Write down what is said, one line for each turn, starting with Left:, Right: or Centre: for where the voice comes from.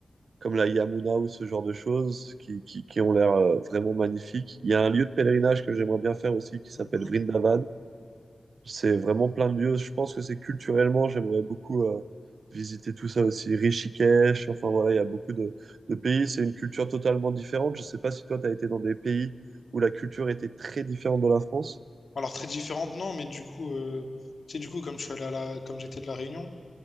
Right: comme la Yamuna ou ce genre de choses qui, qui, qui ont l'air euh, vraiment magnifiques. Il y a un lieu de pèlerinage que j'aimerais bien faire aussi qui s'appelle
Left: Mhm.
Right: Vrindavan. C'est vraiment plein de lieux. Je pense que c'est culturellement, j'aimerais beaucoup euh, visiter tout ça aussi. Rishikesh, enfin voilà, il y a beaucoup de, de pays. C'est une culture totalement différente. Je sais pas si toi, tu as été dans des pays où la culture était très différente de la France.
Left: Alors très différentes non, mais du coup euh, tu sais du coup comme je suis allé à la comme j'étais de la Réunion.